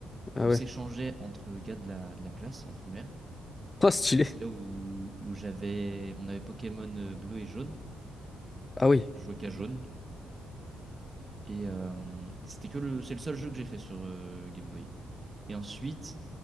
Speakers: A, on the left (about 25°); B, on the right (about 30°).
A: Ah
B: qu'on
A: ouais.
B: s'échangeait entre gars de la, de la classe en primaire.
A: Oh stylé.
B: Et c'est là où, où j'avais, on avait Pokémon euh, bleu et jaune.
A: Ah oui.
B: Je jouais qu'à jaune. Et euh, c'était que le, c'est le seul jeu que j'ai fait sur euh, Game Boy. Et ensuite,